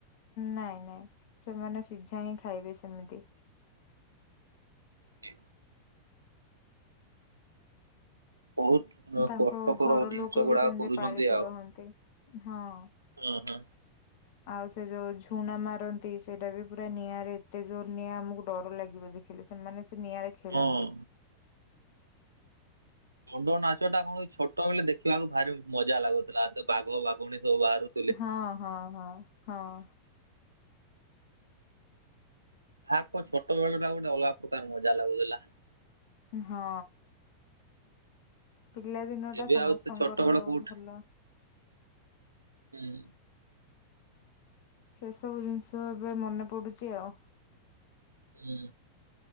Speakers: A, on the left (about 50°); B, on the right (about 80°).
A: ନାଇଁ ନାଇଁ ସେମାନେ ସିଝା ହିଁ ଖାଇବେ ସେମିତି।
B: ଜି। ବହୁତ
A: ତାଙ୍କ
B: କଷ୍ଟକର
A: ଘର
B: ଜିନିଷ
A: ଲୋକ
B: ଗୁଡାକ
A: ବି ସେମିତି
B: କରୁଛନ୍ତି
A: ପାଳିକି
B: ଆଉ।
A: ରହନ୍ତି। ହଁ
B: ହଁ
A: <inaudible>
B: ହଁ
A: ଆଉ ସେ ଯୋଉ ଝୁଣା ମାରନ୍ତି ସେଟା ବି ପୁରା ନିଆଁରେ ଏତେ ଜୋର ନିଆଁ ଆମକୁ ଡର ଲାଗିବ ଦେଖି ହେଲେ ସେମାନେ ସେ ନିଆଁରେ ଖେଳନ୍ତି।
B: ହଁ। ଦଣ୍ଡ ନାଚଟା କଣ ଛୋଟ ବେଲେଦେଖିବାକୁ ଭାରି ମଜା ଲାଗୁଥିଲା। ତ ବାଘ ବାଘୁଣୀ ସବୁ ବାହାରୁ
A: ହଁ -ହଁ -ହଁ -ହଁ।
B: ଯାହା କୁହ ଛୋଟ ବେଳ ଟା ଗୋଟେ ଅଲଗା ପ୍ରକାର ମଜା ଲାଗୁଥିଲା।
A: ହଁ। ପିଲା ଦିନଟା
B: ଏବେ
A: ସମସ୍ତଙ୍କର
B: ଆଉ ସେ ଛୋଟ ବେଳ
A: ଅ
B: କୋଉଠି
A: ଭଲ-
B: ହୁଁ।
A: ସେ ସବୁ ଜିନିଷ ଏବେ ମନେ ପଡୁଚି ଆଉ।
B: ହୁଁ।